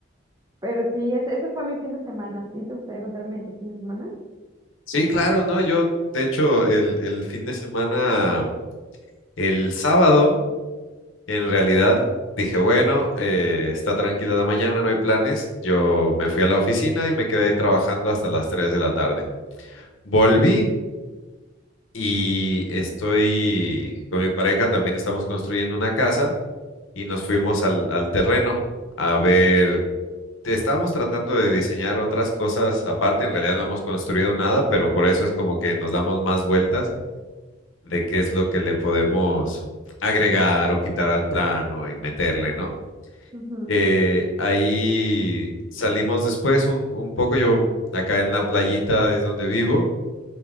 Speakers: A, on the right; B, on the left.
A: pero sí, ese, ese fue mi fin de semana. ¿A ti te gustaría contarme de tu fin de semana?
B: Sí, claro, no. Yo, de hecho, el, el fin de semana, el sábado. En realidad dije, bueno, eh, está tranquila la mañana, no hay planes. Yo me fui a la oficina y me quedé ahí trabajando hasta las 3 de la tarde. Volví y estoy con mi pareja, también estamos construyendo una casa y nos fuimos al, al terreno a ver. Estábamos tratando de diseñar otras cosas aparte, en realidad no hemos construido nada, pero por eso es como que nos damos más vueltas de qué es lo que le podemos agregar o quitar al plano y meterle, ¿no?
A: Ujú.
B: Eh, ahí salimos después un, un poco, yo acá en la playita es donde vivo,